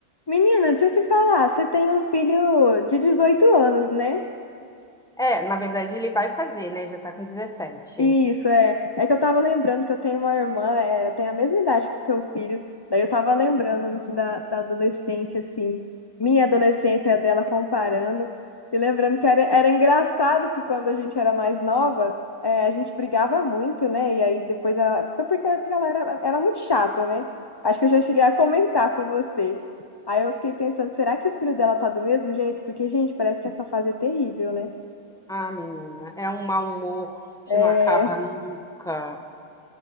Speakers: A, on the left; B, in the centre.
A: Menina, deixa eu te falar, você tem um filho de 18 anos, né?
B: É, na verdade ele vai fazer, né? Já tá com dezessete.
A: Isso, é. É que eu tava lembrando que eu tenho uma irmã, é, tem a mesma idade que o seu filho. Daí eu tava lembrando assim, da, da adolescência, assim, minha adolescência dela comparando. E lembrando que era, era engraçado que quando a gente era mais nova, é, a gente brigava muito, né? E aí depois ela. Foi porque, porque ela era, era muito chata, né? Acho que eu já cheguei a comentar com você. Aí eu fiquei pensando, será que o filho dela tá do mesmo jeito? Porque, gente, parece que essa fase é terrível, né?
B: Ah, menina, é um mau humor que
A: É,
B: não acaba nunca.